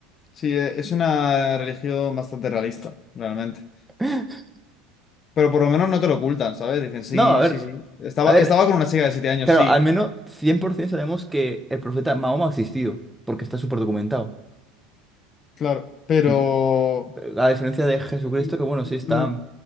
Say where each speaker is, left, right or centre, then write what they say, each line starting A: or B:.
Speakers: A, on the left; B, in the centre.
A: Sí, e- es una religión bastante realista, realmente.
B: <gasps>
A: Pero por lo menos no te lo ocultan, ¿sabes? Dicen, sí,
B: No, a ver.
A: sí, sí. Estaba,
B: A ver.
A: estaba con una chica de siete años,
B: Claro,
A: sí,
B: al menos 100% sabemos que el profeta Mahoma ha existido. Porque está súper documentado.
A: claro. Pero...
B: En- A diferencia de Jesucristo,
A: y-
B: que bueno,
A: y-
B: sí está.
A: mm,